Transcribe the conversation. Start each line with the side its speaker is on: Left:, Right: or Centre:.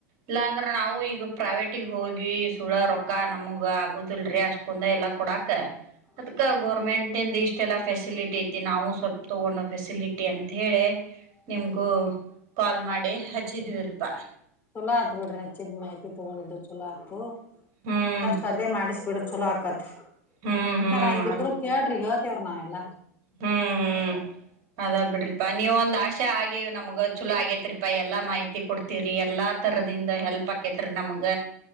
Right: ಇಲ್ಲಾಂದ್ರ ನಾವು ಈಗ ಪ್ರೈವೇಟಿಗೆ ಹೋಗಿ ಸುಳ ರೊಕ್ಕ ನಮ್ಗೆ ಆಗೋದಲ್ರಿ ಅಷ್ಟ ಕುಂದ ಎಲ್ಲ ಕೊಡಕ್ಕೆ
Left: ಹ್ಮ್
Right: ಅದ್ಕ ಗೋರ್ಮೆಂಟ್ಂದ ಇಷ್ಟ ಎಲ್ಲ ಫೆಸಿಲಿಟಿಐತಿ ನಾವು ಸ್ವಲ್ಪ ತಗೋಣೋ ಫೆಸಿಲಿಟಿ ಅಂತ ಹೇಳಿ ನಿಮ್ಗೂ ಕಾಲ್ ಮಾಡಿ ಹಚ್ಚಿದ್ವಿರ್ಪಾ
Left: ಛಲೋ ಆತ್ ಬಿಡ್ರಿ ಹೆಚ್ಚಿದ್ ಮಾಹಿತಿ ತಗೊಂಡಿದ್ದು ಛಲೋ ಆತು
Right: ಹ್ಮ್
Left: ನೀವ್ ಅಷ್ಟ ಅಲ್ಲೇ ಮಾಡಿಸ ಛಲೋ ಅಕತಿ
Right: ಹ್ಮ್
Left: ಏನಾರ
Right: ಹ್ಮ್
Left: ಹಂಗಿದ್ರು
Right: ಅದ್
Left: ಕೇಳ್ರಿ ಇವತ್ ರ್ನಾವಲ್ಲ
Right: ಹ್ಮ್ ಹ್ಮ್ ಅದ್ ಬಿಡ್ರಿಪಾ ನೀವ ಒಂದ್ ಆಶೆ ಆಗಿವ ನಮ್ಗ ಚಛಲೋ ಆಗೇತ್ರಿಪಾ ಎಲ್ಲಾ ಮಾಹಿತಿ ಕೊಡ್ತಿವ್ರರಿ ಎಲ್ಲಾ ತರದಿಂದ ಹೆಲ್ಪ್ ಆಕೇತ್ರಿ ನಮ್ಗ